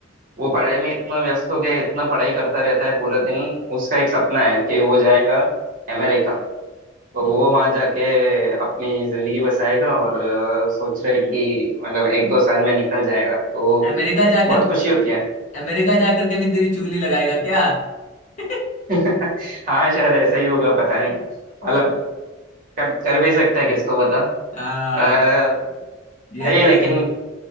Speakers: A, on the right (about 45°); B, on the left (about 40°).
A: वो पढ़ाई में इतना व्यस्त हो गया है, इतना पढ़ाई करता रहता है पूरा दिन उसका एक सपना है कि वो जाएगा अमेरिका तो
B: ओ,
A: वो वहां जाके अपनी जिंदगी बसाएगा और अ, सोच रहा है कि मतलब एक दो साल में निकल जाएगा तो
B: अमेरिका जाकर
A: बहुत खुशी होती है
B: अमेरिका जाकर के भी तेरी चुगली लगाएगा क्या <laughs>
A: <laughs> हाँ शायद ऐसा ही होगा पता नहीं मतलब कर कर भी सकता है किसको पता
B: हाँ
A: अ,
B: ये
A: भाई
B: तो
A: लेकिन
B: सही